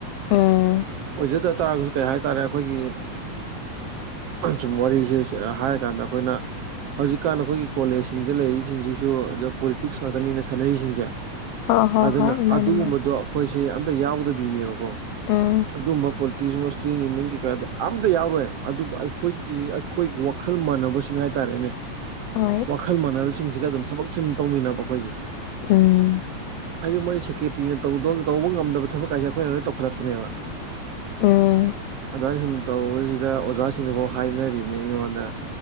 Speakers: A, on the left; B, on the right.
A: ꯎꯝ
B: ꯄꯤꯖꯗ ꯇꯥꯔꯒꯁꯨ ꯀꯩ ꯍꯥꯏꯇꯥꯔꯦ ꯑꯩꯈꯣꯏꯒꯤ ꯁꯨꯝ ꯋꯥꯔꯤꯁꯦ ꯍꯥꯏ ꯀꯗ ꯑꯩꯅ ꯍꯧꯖꯤꯛꯀꯥꯟ ꯑꯩꯈꯣꯏꯒꯤ ꯀꯣꯂꯦꯖꯁꯤꯡꯗ ꯂꯩꯔꯤꯁꯤꯡꯁꯤꯁꯨ ꯄꯣꯂꯤꯇꯤꯛꯁ ꯉꯥꯛꯇꯅꯤꯅ ꯁꯥꯟꯅꯔꯤꯁꯤꯡꯁꯦ
A: ꯍꯣꯏ ꯍꯣꯏ
B: ꯑꯗꯨꯅ
A: ꯍꯣꯏ ꯃꯥꯅꯦ
B: ꯑꯗꯨꯒꯨꯝꯕꯗꯣ
A: ꯃꯥꯅꯦ
B: ꯑꯩꯈꯣꯏ ꯁꯤ ꯑꯇ ꯌꯥꯎꯗꯕꯤꯅꯦꯕꯀꯣ
A: ꯎꯝ
B: ꯑꯗꯨꯝꯕꯣ ꯇ ꯌꯨꯅꯤꯌꯟ ꯀꯀꯥꯗꯤ ꯑꯝꯇ ꯌꯥꯎꯔꯣꯏꯦ ꯑꯗꯨꯕꯨ ꯑꯩꯈꯣꯏꯒꯤ ꯑꯩꯈꯣꯏꯒꯤ ꯋꯥꯈꯜ ꯃꯥꯟꯅꯕꯁꯤꯡ ꯍꯥꯏꯇꯥꯔꯦꯅꯦ
A: ꯍꯣꯏ
B: ꯋꯥꯈꯜ ꯃꯥꯟꯅꯕꯁꯤꯡꯁꯤꯒ ꯑꯗꯨꯝ ꯊꯕꯛ ꯁꯨꯝ ꯇꯧꯃꯤꯟꯅꯕ ꯑꯩꯈꯣꯏꯁꯦ
A: ꯎꯝ
B: ꯍꯥꯏꯗꯤ ꯃꯣꯏ ꯁꯦꯀ꯭ꯔꯦꯇꯔꯤꯅ ꯇꯧꯕ ꯉꯝꯗꯕ ꯊꯕꯛ ꯀꯥꯏꯁꯦ ꯑꯩꯈꯣꯏꯅ ꯂꯣꯏꯅ ꯇꯧꯈꯠꯂꯛꯄꯨꯅꯦꯕ
A: ꯎꯝ
B: ꯑꯗꯨꯅ ꯁꯨꯝ ꯇꯧꯕꯁꯤꯗ ꯑꯣꯖꯥꯁꯤꯡꯅꯐꯥꯎ ꯍꯥꯏꯅꯔꯤꯕꯅꯤ ꯑꯩꯉꯣꯟꯗ